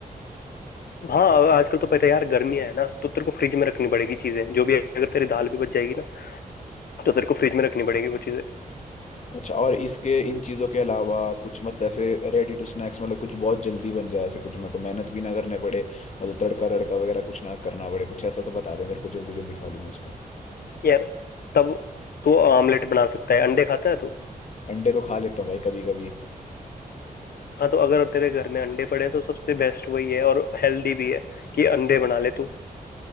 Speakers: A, on the left; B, on the left.
A: हाँ आजकल तो पता है यार गर्मियाँ है ना तो तेरे को फ्रिज में रखनी पड़ेगी चीजें जो भी अगर तेरी दाल भी बच जाएगी ना तो तेरे को फ्रिज में रखनी पड़ेगी वो चीजें
B: अच्छा और इसके इन चीजों के अलावा कुछ मतलब ऐसे रेडी टू स्नैक्स मतलब कुछ बहुत जल्दी बन जाए ऐसे कुछ मेरे को मेहनत भी ना करने पड़े मतलब तड़का तड़का वगैरह कुछ ना करना पड़े कुछ ऐसा तो बता दे मेरे को जल्दी जल्दी खा लूंगा उसको
A: यार तब तू ऑमलेट बना सकता है अंडे खाता है तू
B: अंडे तो खा लेता हूँ भाई कभी कभी
A: हाँ तो अगर तेरे घर में अंडे पड़े हैं तो सबसे बेस्ट वही है और हेल्दी भी है कि अंडे बना ले तू